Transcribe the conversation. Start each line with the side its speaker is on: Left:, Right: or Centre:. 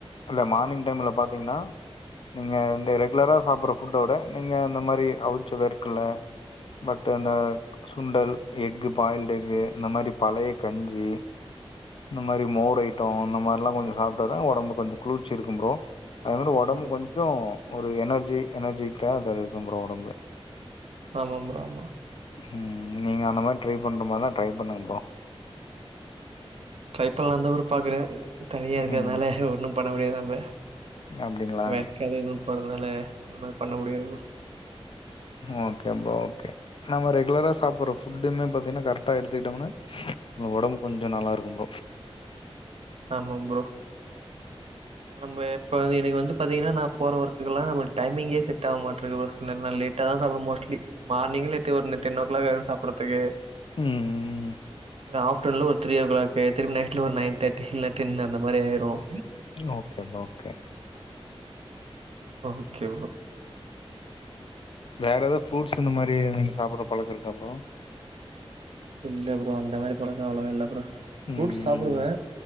Left: இல்ல மார்னிங் டைம்ல பாத்தீங்ன்னா நீங்க இந்த ரெகுலரா சாப்புட்ற ஃபுட்டோட நீங்க இந்த மாரி அவுச்ச வேர்க்கல்ல பட் அந்த சுண்டல் எக்கு பாயில்டு எஃகு இந்த மாதிரி பழைய கஞ்சி இந்த மாரி மோர் ஐட்டம் இந்த மார்ல்லாம் கொஞ்சம் சாப்ட்டாதான் ஒடம்புக்கு வந்து குளிர்ச்சி இருக்கும் ப்ரோ அதுமாரி ஒடம்பு
Right: ஆம்
Left: கொஞ்சோ ஒரு எனர்ஜி எனர்ஜிட்டியா அது இருக்கும் ப்ரோ ஒடம்பு
Right: ஆமாம் ப்ரோ ஆமா
Left: ம் நீங்க அந்த மாரி ட்ரை பண்ற மார்னா ட்ரை பண்ணுங்க ப்ரோ
Right: ட்ரை பண்லான்னு தா ப்ரோ பாக்குறேன் தனியா இருக்கதுனால
Left: ம்
Right: ஒன்னும் பண்ண முடியாது நம்ப
Left: அப்டிங்களா
Right: வேக்கா எதும் போறதுனால அது மாரி பண்ண முடியாது ப்ரோ
Left: ஓகே ப்ரோ ஓகே நம்ம ரெகுலரா சாப்புட்ற ஃபுட்டுமே பாத்தீங்ன்னா கரெக்ட்டா எடுத்துக்கிட்டோம்ன்னா ஒ ஒடம்பு கொஞ்சம் நல்லா இருக்கும் ப்ரோ
Right: ஆமாம் ப்ரோ நம்ம இப்ப எனக்கு வந்து பாத்தீங்ன்னா நா போற ஒர்க்குகெல்லாம் நம்மள்க் டைமிங்கே செட் ஆவ மாட்ருக்கு ஒருசில நாள் லேட் ட்டா தான் சாப்டுவேன் மோஸ்ட்லி மார்னிங்கு லேட்டு ஒரு டென் ஓ க்லாக் ஆயிரும் சாப்புட்றதுக்கு
Left: உம் ம்
Right: ஆப்டர்ன்ல ஒரு த்ரீ ஓ க்ளாக்கு திரும்பி நைட்ல ஒரு நயன் தேட்டி இல்ல டென்னு அந்தமாரி ஆயிரும்
Left: okay bro okay
Right: okay bro
Left: வேற எதாது ஃப்ரூட்ஸ் இந்த மாரி நீங்க சாப்புட்ற பழக்கம் இருக்கா ப்ரோ
Right: இல்ல ப்ரோ அந்த மாரி பழக் அவ்ளோவா
Left: ம்